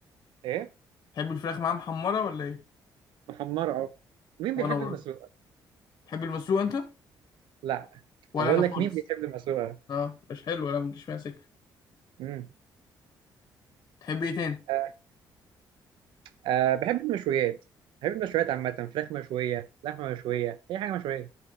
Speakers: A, on the right (about 85°); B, on the left (about 45°).
A: ايه
B: تحب الفراخ معاها محمره ولا ايه
A: محمرة اه مين
B: وانا
A: بيحب
B: <laughs> برضه
A: المسلوقة
B: تحب المسلوق انت
A: لا
B: ولا
A: بقول
B: انا خالص
A: لك مين بيحب المسلوقة
B: اه مش حلو ولا مجيش معايا سكه
A: امم
B: تحب ايه تاني
A: آه، آه، بحب المشويات بحب المشويات عامة فراخ مشوية لحمة مشوية أي حاجة مشوية